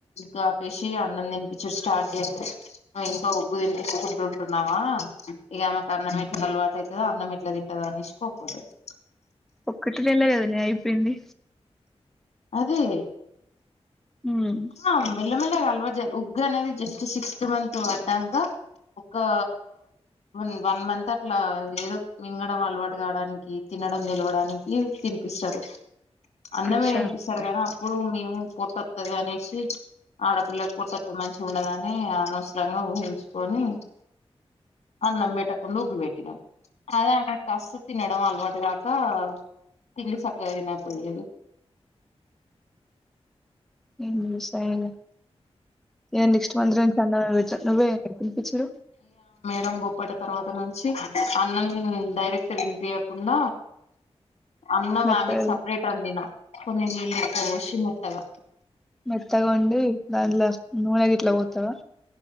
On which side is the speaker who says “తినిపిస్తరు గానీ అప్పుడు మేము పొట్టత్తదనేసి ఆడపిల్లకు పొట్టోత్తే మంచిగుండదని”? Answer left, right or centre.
Left